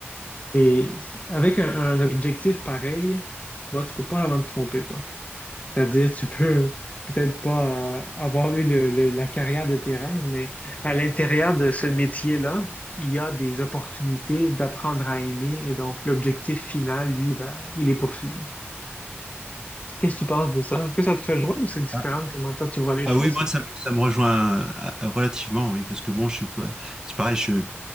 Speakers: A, on the left (about 30°); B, on the right (about 15°).
A: Et avec un, un objectif pareil, bon, tu peux pas vraiment te tromper, quoi. C'est-à-dire, tu peux peut-être pas euh, avoir eu le- le- la carrière de tes rêves, mais à l'intérieur de ce métier-là, il y a des opportunités d'apprendre à aimer et donc l'objectif final, lui, ben, il est poursuivi. Qu'est-ce que tu penses de ça? Est-ce que ça te rejoint ou c'est différent
B: Ah,
A: de comment toi tu vois les
B: Ah
A: choses?
B: oui, moi ça me, ça me rejoint euh, relativement, oui, parce que bon, je suis pas, c'est pareil, je,